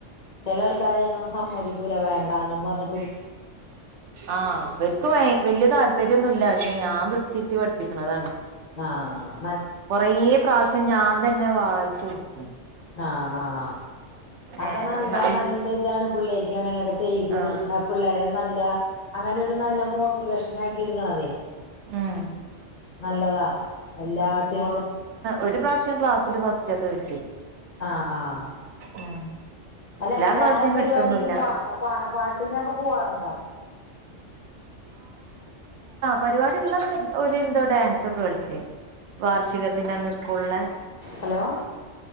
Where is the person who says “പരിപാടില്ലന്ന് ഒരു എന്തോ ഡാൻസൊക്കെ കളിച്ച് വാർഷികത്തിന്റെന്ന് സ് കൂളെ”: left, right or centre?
Right